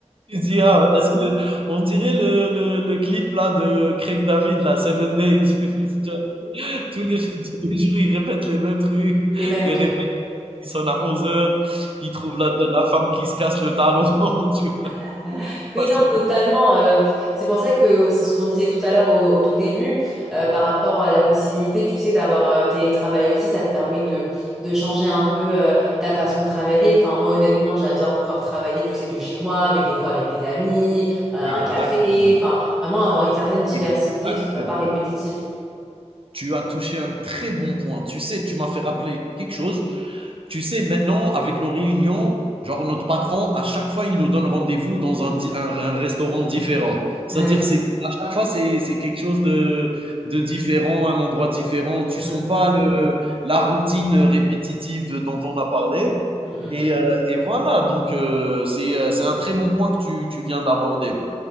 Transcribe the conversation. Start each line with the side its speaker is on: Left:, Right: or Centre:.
Right: tu dis, ah, est-ce que, on dirait le, le, le clip là de Craig David, là, Seven Days. <laughs> Tu vois, Tous les, tous les jours, ils répètent les mêmes trucs.
Centre: les mêmes
Right: Les
Centre: trucs.
Right: il sonne à onze heures, il trouve la, la femme qui se casse le talon, <laughs> tu vois.
Centre: <laughs>
Right: C'est
Centre: Oui,
Right: pas
Centre: non,
Right: si
Centre: totalement. euh, c'est pour ça que c'est ce qu'on disait tout à l'heure au, au tout début, euh, par rapport à la possibilité, tu sais, d'avoir euh, télétravail aussi, ça te permet de, de changer un peu euh, ta façon de travailler. Enfin, moi, honnêtement, j'adore pouvoir travailler, tu sais, de chez moi, mais des fois avec des amis, euh, un
Right: Exactement.
Centre: café, enfin, vraiment avoir une certaine diversité,
Right: Exactement.
Centre: que ce soit pas répétitif.
Right: Tu as touché un très bon point. Tu sais, tu m'as fait rappeler quelque chose. Tu sais, maintenant, avec nos réunions, genre notre patron, à chaque fois, il nous donne rendez-vous dans un, di- un- un restaurant différent. C'est-à-dire,
Centre: Ouais.
Right: c'est, à chaque fois, c'est, c'est quelque chose de, de différent, un endroit différent. Tu
Centre: Mm,
Right: sens
Centre: mm,
Right: pas le, la routine répétitive dont on a parlé.
Centre: mm, mm.
Right: Et, euh, et voilà, donc euh, c'est, euh, c'est un très bon point que tu, tu viens d'aborder.